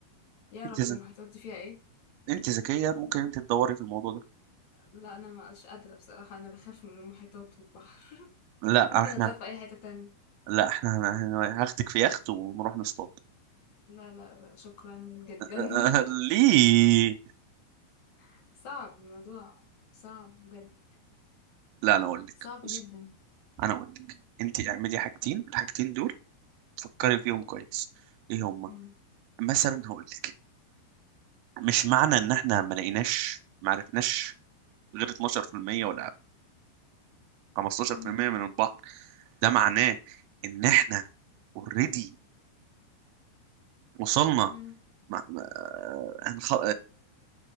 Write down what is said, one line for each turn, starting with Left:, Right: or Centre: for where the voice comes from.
Left: يعرف
Right: انت ز...
Left: المحيطات دي فيها ايه
Right: انت ذكيه ممكن انت تدوري في الموضوع ده
Left: لا انا ما مش قادرة بصراحة انا بخاف من المحيطات والبحر <laughs>
Right: لا
Left: ممكن
Right: احنا
Left: ادور في اي حتة تانية
Right: لا احنا هن- هن- هاخدك في يخت ونروح نصطاد
Left: لا لا لا شكرا جدا
Right: <laughs> ليه
Left: <laughs> صعب الموضوع صعب بجد
Right: لا انا اقول لك
Left: صعب
Right: بص
Left: جدا
Right: انا اقول لك انت اعملي حاجتين الحاجتين دول فكري فيهم كويس ايه هما
Left: مم.
Right: مثلا هقول لك مش معنى ان احنا ما لقيناش ما عرفناش غير 12% ولا 15%
Left: مم.
Right: من البحر ده معناه ان احنا اوريدي وصلنا
Left: مم.
Right: مع... مع- هنخ...